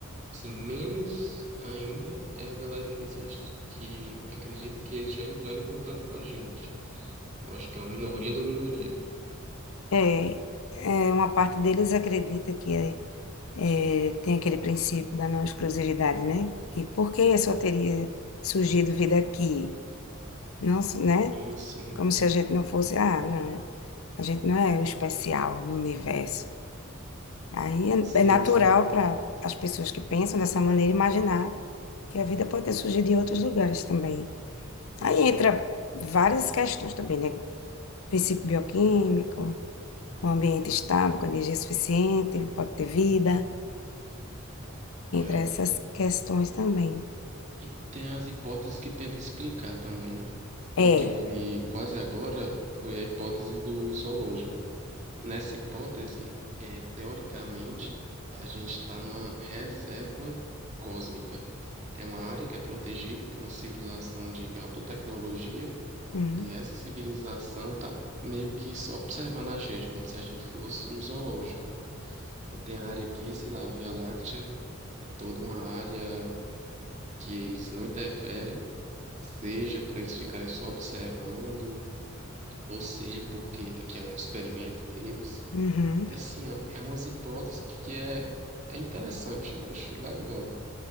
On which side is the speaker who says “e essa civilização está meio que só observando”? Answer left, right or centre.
Right